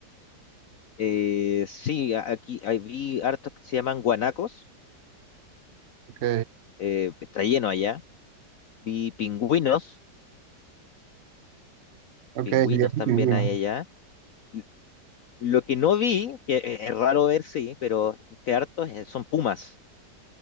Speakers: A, on the left; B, on the right.
A: Eh, sí, a- aquí ahí vi hartos que se llaman guanacos,
B: Ok,
A: eh, está lleno allá. Vi pingüinos,
B: ok,
A: pingüinos
B: bien
A: también
B: te imagino.
A: hay allá. L- Lo que no vi, que es es raro ver, sí, pero que hartos eh, son pumas.